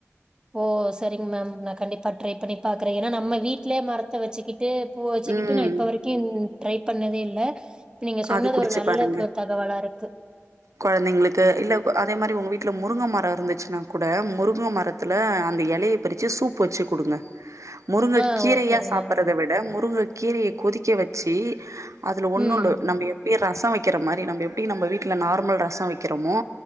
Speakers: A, on the right; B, on the right.
A: ஓ சரிங்க மேம் நா கண்டிப்பா ட்ரை பண்ணி பாக்குறே ஏன்னா நம்ம வீட்லயே மரத்த வச்சுக்கிட் டு பூவ வச்சுக்கிட்டு
B: ம்
A: நா இப்ப வரைக்கு ட்ரை பண்ணவே இல்ல இப்ப நீங்க சொன்னது
B: அது குடிச்சு
A: ஒரு நல்ல
B: பாருங்க
A: த தகவலா இருக்கு
B: கொழந்தைங்களுக்கு இல்ல அதே மாரி உங்க வீட்டுல முருங்க மர இருந்துச்சுன்னா கூட முருங்க மரத் த்துல அந்த எலையை பறிச்சு சூப்பு வச்சு குடுங்க முருங்க
A: ஆ
B: கீரையா
A: ஓகேங்க
B: சாப்பிறத
A: மேம்.
B: விட முருங்க கீரைய கொதிக்க வச்சு அதில ஒன்னுல்ல
A: ம்,
B: எப்பயு ரசோ வைக்கிற மாரி நம்ப எப்டி நம்ப வீட்ல நார்மல் ரசோ வைக்கிறமோ